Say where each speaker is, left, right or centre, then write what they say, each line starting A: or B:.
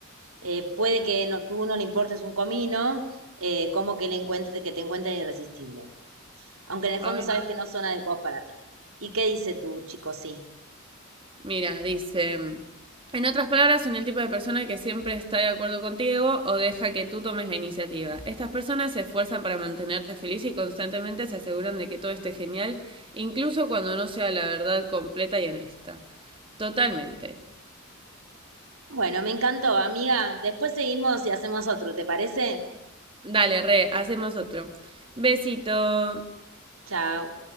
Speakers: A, on the right; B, on the right.
A: Eh, puede que no, tú no le importes un comino, eh, como que le encuentre, que te encuentren irresistible. Aunque en el
B: Ay,
A: fondo sabes que no son adecuados para ti. ¿Y qué dice tu chico sí?
B: Mira, dice, mm, en otras palabras, son el tipo de persona que siempre está de acuerdo contigo o deja que tú tomes la iniciativa. Estas personas se esfuerzan para mantenerte feliz y constantemente se aseguran de que todo esté genial, incluso cuando no sea la verdad completa y honesta. Totalmente.
A: Bueno, me encantó, amiga. Después seguimos y hacemos otro, ¿te parece?
B: Dale, re, hacemos otro. Besito.
A: Chao.